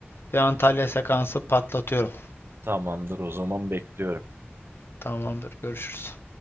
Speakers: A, on the left; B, on the right.
A: Bir Antalya sekansı patlatıyorum.
B: Tamamdır o zaman bekliyorum.
A: Tamamdır, görüşürüz.